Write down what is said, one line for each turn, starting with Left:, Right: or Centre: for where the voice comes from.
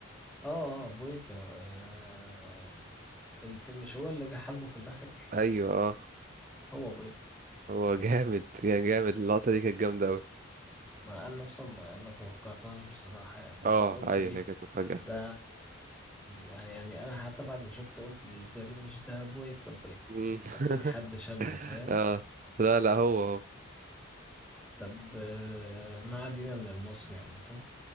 Centre: اه آه، بويكا آه الفيلم مش هو اللي جه حلبه في الآخر
Right: ايوه اه
Centre: هو بويكا
Right: هو
Centre: صحيح
Right: <laughs> جامد كان جامد اللقطة دي كانت جامدة اوي
Centre: ما انا اصلا ما, ما توقعتهاش بصراحة يعني
Right: اه
Centre: انا قلت
Right: ايوه
Centre: ايه
Right: هي كانت مفاجأة
Centre: ده يعني انا حتى بعد ما شفت قلت مش ده مش ده بويكا بويكا
Right: مم.
Centre: اكيد
Right: <laughs>
Centre: حد شبهه فاهم
Right: اه لا لا هو هو
Centre: طب آه، ما علينا من المصري عامة